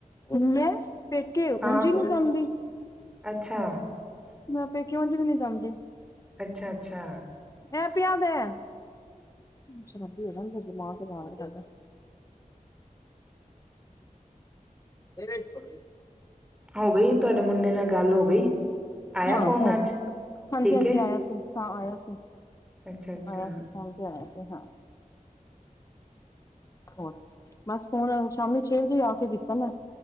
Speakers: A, on the left; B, in the centre.
A: ਜਾਂਦਾ। ਪੇਕੇ ਉਂਝ
B: ਹਾਂ
A: ਨੀ ਜਾਂਦੀ।
B: ਅੱਛਾ।
A: ਮੈਂ ਪੇਕੇ ਓਂਝ ਵੀ ਨਹੀਂ ਜਾਂਦੀ।
B: ਅੱਛਾ-ਅੱਛਾ,
A: ਇਹ ਪਿਆ ਵੇਆ ਹੈ। ਸ਼ਰਾਬੀ ਹੈਗਾ, ਇਂਦਾ ਦਿਮਾਗ ਖਰਾਬ ਰਹਿੰਦਾ। ਤੇਰੇ ਚੋ
B: ਹੋ ਗਈ। ਤੁਹਾਡੇ ਮੁੰਡੇ ਨਾਲ ਗੱਲ ਹੋ ਗਈ। ਆਇਆ
A: ਹਾਂ
B: ਫੋਨ
A: ਹੋ
B: ਅੱਜ
A: ਗਣੀ। ਹਾਂਜੀ
B: ਠੀਕ
A: -ਹਾਂਜੀ
B: ਹੈ
A: ਆਇਆ ਸੀ, ਹਾਂ ਆਇਆ ਸੀ,
B: ਅੱਛਾ-ਅੱਛਾ,
A: ਆਇਆ ਸੀ। ਫੋਨ ਤੇ ਆਇਆ ਸੀ। ਹਾਂ ਹੋਰ, ਬਸ ਫੋਨ ਸ਼ਾਮੀ ਛੇ ਵਜੇ ਆ ਕੇ ਕੀਤਾ ਮੈਂ,